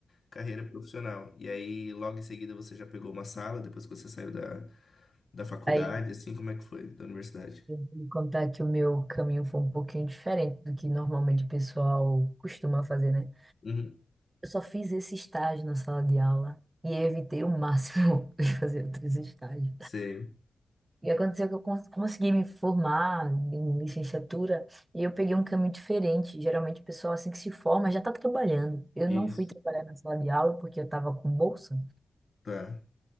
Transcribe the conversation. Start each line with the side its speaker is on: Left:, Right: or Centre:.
Left: carreira profissional. E aí logo em seguida você já pegou uma sala, depois que você saiu da, da faculdade,
Right: aí
Left: assim, como é que foi? Da universidade?
Right: Eu vou contar que o meu caminho foi um pouquinho diferente do que normalmente o pessoal costuma fazer, né?
Left: Uhum.
Right: Eu só fiz esse estágio na sala de aula e evitei o máximo <laughs> de fazer outros estágios.
Left: Sei.
Right: E aconteceu que eu cons- consegui me formar em licenciatura e eu peguei um caminho diferente. Geralmente o pessoal assim que se forma já está trabalhando. Eu
Left: Isso.
Right: não fui trabalhar na sala de aula porque eu estava com bolsa.
Left: Tá.